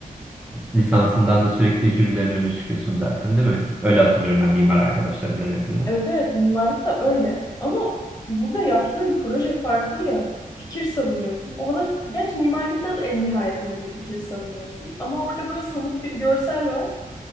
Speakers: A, in the centre; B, on the left (about 25°).
A: e, lisansından da sürekli jürilerin önüne çıkıyorsun zaten değil mi? Öyle hatırlıyorum ben mimar arkadaşlarımdan en azından.
B: Evet evet mimarlık da öyle. Ama burada yaptığın proje farklı ya. Fikir savunuyorsun. O bana gerçi mimarlıkta da en nihayetinde bir fikir savunuyorsun. Ama orada böyle somut bir görsel var.